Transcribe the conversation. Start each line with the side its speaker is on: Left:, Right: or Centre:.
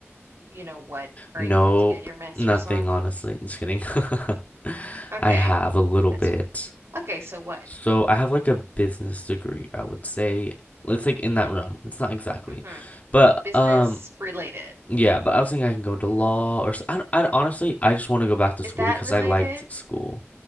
Right: you know what are
Left: Nope.
Right: you going to get your master's
Left: Nothing,
Right: on?
Left: honestly. Just kidding. <laughs>
Right: Okay.
Left: I have a little
Right: That's
Left: bit.
Right: okay, so what?
Left: So, I have like a business degree, I would say. It's like in that realm. It's not exactly.
Right: Mm-hmm.
Left: But
Right: Business
Left: um
Right: related.
Left: Yeah, but I was thinking I can go into law or s- I, d- I d- honestly I just want to go back to school
Right: Is that
Left: because
Right: related?
Left: I liked school.